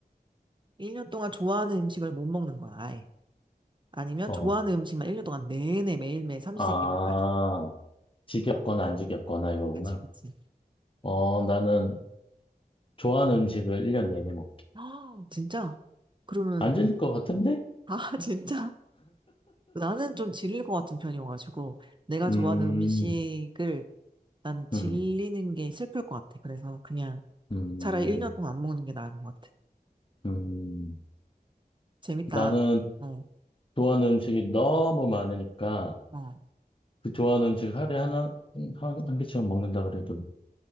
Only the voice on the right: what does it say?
1년 동안 좋아하는 음식을 못 먹는 거야, 아예. 아니면
좋아하는 음식만 1년 동안 내내 매일매일 삼시세끼
먹게 돼.
그치, 그치.
아, 진짜? 그러면,
아, <laughs> 진짜? 나는 좀 질릴 것 같은 편이어가지고, 내가 좋아하는
음식을 나는 질리는
게 슬플 것 같아. 그래서 그냥
차라리 1년 동안 안 먹는 게 나은 것 같아.
재밌다.
어,
어.